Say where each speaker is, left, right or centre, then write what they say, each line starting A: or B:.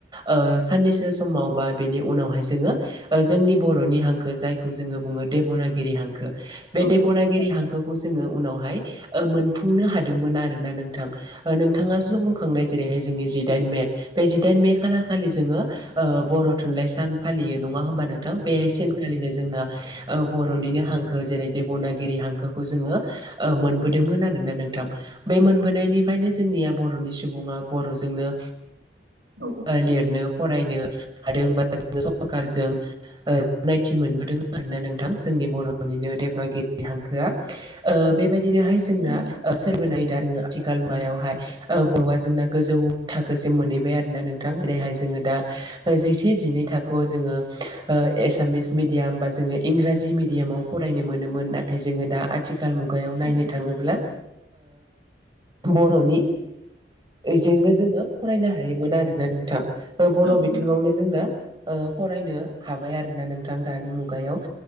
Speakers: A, on the right; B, on the right.
A: ओ साननैसो समाव बा बेनि उनावहाय जोङो। ओ जोंनि बर'नि हांखो जायखौ जोङो बुङो देब'नागिरि हांखो। बे
B: औ
A: देबनागिरि
B: औ नंगौ औ
A: हांखोखौ जोङो उनावहाय ओ मोनफुंनो हादोंमोन आरोना नोंथां। ओ नोंथाङा बुंखांनाय जेरैहाय जोंनि जिदाइन मे बे जिदाइन मे खालार खालि जोङो ओ बर' थुनलाइ सान फालियो नङा होमबा नों थां बे सेनखालिनो जोंना बर'निनो हांखो जेरै देब'नागिरि हांखोखौ जोङो ओ मोनबोदोंमोन आरोना नोंथां बे मोनबोनायनिफ्रायनो जोंनिया बर'नि सुबुङा बर'जोंनो
B: औ
A: ओ लिरनो फरायनो हादों बा जों सरखारजों ओ गनायथि मोनबोदों आरोना नोंथां। जोंनि बर'निनो देबनागिरि हांखोआ ओ बेबायदिनोहाय जोंना
B: थारैनो
A: ओ सोरबोनाय दोङो आथिखाल मायावहाय ओ बर'आ जोंना गोजौ थाखोसिम मोनहैबाय आरोना नों थां बेहाय जोङो दा ओ जिसे जिनै थाखोआव जोङो ओ एसामिस मिडियाम बा जोङो इंराजि मिडियामाव फरायनो मोनोमोन नाथाय जोङो दा आथिखाल मुगायाव नायनो
B: औ
A: थाङोब्ला बर'नि बेजोंनो जोङो फरायनो हायोमोन आरो। नोंथां बर'
B: औ
A: बिथिङावनो
B: नंगौ
A: जोंना फरायनो हाबाय आरो ना नोंथां दानि मुगायाव।